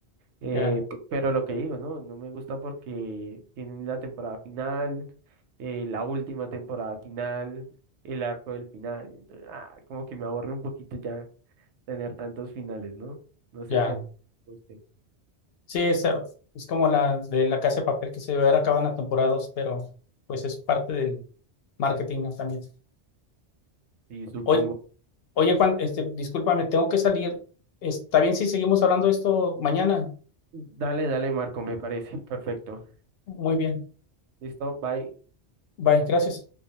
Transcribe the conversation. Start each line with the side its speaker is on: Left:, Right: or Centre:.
Right: Eh,
Left: ya,
Right: p- pero lo que digo, ¿no? No me gusta porque tienen la temporada final, eh, la última temporada final, el arco del final. entonces, ah, como que me aburre un poquito ya tener tantos finales, ¿no? No sé
Left: ya.
Right: si a ti te guste.
Left: Sí, esa- es, como la de La Casa de Papel que se debe haber acabado en la temporada dos, pero pues es parte del marketing, ¿no? también.
Right: Sí, supongo.
Left: Oye, oye, Juan, este, discúlpame, tengo que salir. ¿Está bien si seguimos hablando de esto mañana?
Right: Dale, dale, Marco, me parece. <laughs> Perfecto.
Left: Muy bien.
Right: Listo, bye.
Left: Bye, gracias.